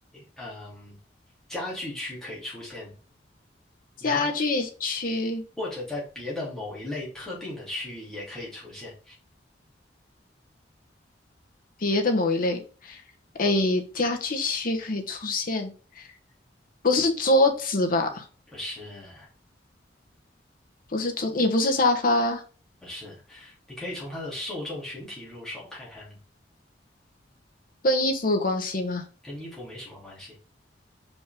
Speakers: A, in the centre; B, on the left.
A: 嗯，家具区可以出现，
B: 家具区
A: 然后或者在别的某一类特定的区域也可以出现，
B: 别的某一类？诶，家具区可以出现，不是桌子吧？
A: 就是
B: 不是桌，也不是沙发，
A: 不是，你可以从它的受众群体入手看看，
B: 跟衣服有关系吗？
A: 跟衣服没什么关系。